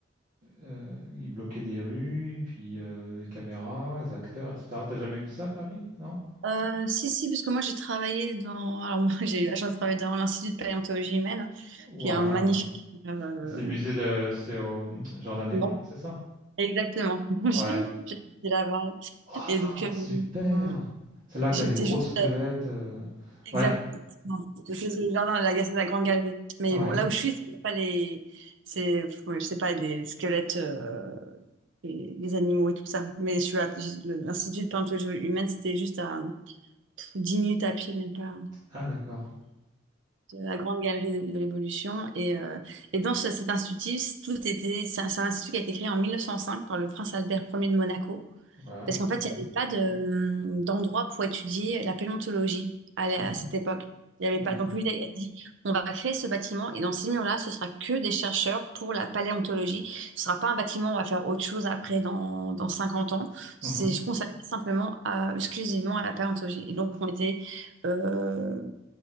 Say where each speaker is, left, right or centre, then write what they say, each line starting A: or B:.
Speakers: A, on the right; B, on the right.
A: euh, ils bloquaient des rues, puis euh, les caméras, les acteurs, etc. T'as jamais vu ça à Paris, non?
B: Euh, si, si, parce que moi j'ai travaillé dans. Alors, moi <laughs> j'ai eu la chance de travailler dans l'Institut de paléontologie humaine,
A: Waouh!
B: qui est un magnifique. euh,
A: C'est le musée de, c'est au hum, Jardin des
B: Non,
A: Plantes, c'est ça?
B: exactement. <laughs> J'ai-
A: Ouais.
B: J'étais là-bas.
A: Ah,
B: Et donc, euh,
A: super! Celle-là,
B: j'étais
A: t'as les gros
B: juste.
A: squelettes.
B: euh,
A: euh,
B: Exactement.
A: Ouais,
B: C'était le jardin de la, de la Grande Galerie. Mais
A: ouais.
B: bon, là où je suis, c'est pas les. C'est, je sais pas, les squelettes, euh, et les animaux et tout ça. Mais je suis à... j'ai- l'Institut de paléontologie humaine, c'était juste à pff, 10 minutes à pied, même pas.
A: Ah, d'accord.
B: de la Grande Galerie de, de l'Évolution. Et, euh, et dans ce- cet institut, c- tout était, c'est un, c'est un institut qui a été créé en 1905 par le prince Albert Ier de Monaco,
A: Waouh,
B: parce qu'en fait,
A: ok.
B: il n'y avait pas de, hum, d'endroit pour étudier la paléontologie à, la-
A: Mhm.
B: à cette époque. Il n'y
A: D'accord.
B: avait pas. Donc lui, il a il a dit, on va créer ce bâtiment et dans ces murs-là, ce sera que des chercheurs pour la paléontologie. Ce sera pas un bâtiment où on va faire autre chose après dans, dans 50 ans. C'est
A: Mhm.
B: consacré simplement à, exclusivement à la paléontologie. Et donc, on était euh,